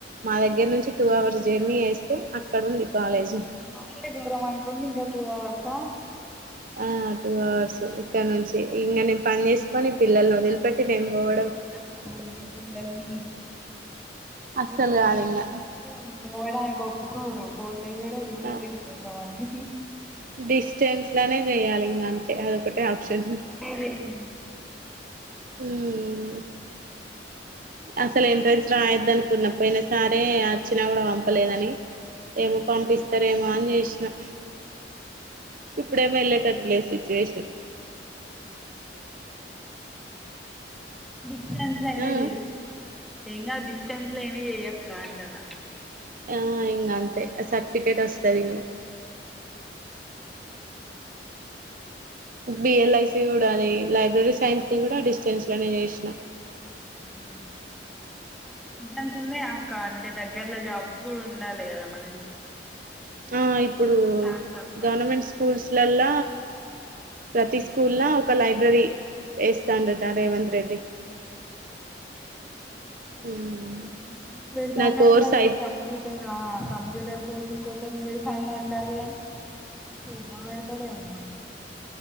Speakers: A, on the right; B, in the centre.
A: మా దగ్గర నుంచి టూ అవర్స్ జర్నీ వేస్తే అక్కడ ఉంది కాలేజ్
B: అదే దూరం అనుకుంటే ఇంకా టూ అవర్స్ ఆ
A: ఆ టూ అవర్స్ ఇక్కడ నుంచి ఇంగ నేను పని చేసుకొని పిల్లల్ని వదిలిపెట్టి నేను పోవడం
B: నువ్వు ఇంకా పిల్లల్ని
A: అస్సలు
B: చూసుకోవడమే
A: కాదు ఇంగ
B: సరిపో పోను పోవడానికి ఒప్పుకోరు పోతే కూడా చూడలేరు
A: ఆ
B: కొంతమంది
A: డిస్టెన్స్ లానే చేయాలి ఇంగ అంతే అది ఒకటే ఆప్షన్
B: అదే అదే
A: మ్మ్ అసలు ఎంట్రెన్స్ రాయొద్దనుకున్న పోయిన సరే వచ్చినా కూడా పంపలేదని ఏమో పంపిస్తారేమో అని చేసినా ఇప్పుడేమో ఏళ్ళేటట్టు లేదు సిచివేషన్
B: డిస్టెన్స్ లో అయిన
A: ఆ
B: చేయ్ ఎంకాదు డిస్టెన్స్ లో ఐన చెయ్ అక్క అంటన
A: ఆ ఇంగ అంతే సర్టిఫికేట్ వస్తది ఇంగ
B: అ
A: బిఎల్ఐసి కూడా అది లైబ్రరీ సైన్స్ ది కూడా డిస్టెన్స్ లనే చేసినా
B: మ్ దానికి ఉన్నాయ అక్క అంటే దగ్గర్లో జాబ్స్ కూడా ఉండాలి కదా మనం
A: ఆ ఇప్పుడు
B: దాని పర్పస్
A: గవర్నమెంట్ స్కూల్స్ లల్ల ప్రతి స్కూల్ల ఒక లైబ్రరీ వేస్తాండట రేవంత్ రెడ్డి మ్మ్
B: లైబ్రరీయాన్ పెడుతాండూ
A: నా కోర్స్
B: అంటల్లు
A: అయి
B: కం ప్యూటర్ ఆ కంప్యూటర్ కోచింగ్ కి ఒకర్ని పెడుతాళ్లు అంటల్లు గా <unintelligible>